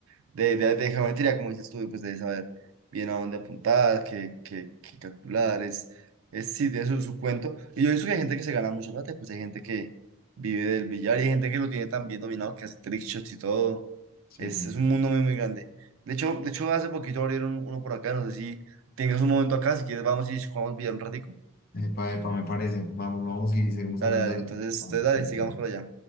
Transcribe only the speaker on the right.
de, de, de geometría, como dices tú, y pues de saber bien a dónde apuntar, qué, qué, qué calcular, es, es sí, tiene su, su cuento. Y yo he visto que hay gente que se gana mucho plata, y pues hay gente que vive del billar y hay gente que lo tiene tan bien dominado que hace trickshots y todo.
Es,
es un mundo muy, muy grande. De hecho, de hecho, hace poquito abrieron uno por acá, no sé si tengas un momento acá, si quieres vamos y jugamos billar un ratico.
Dale,
dale, entonces,
entonces dale,
sigamos por allá.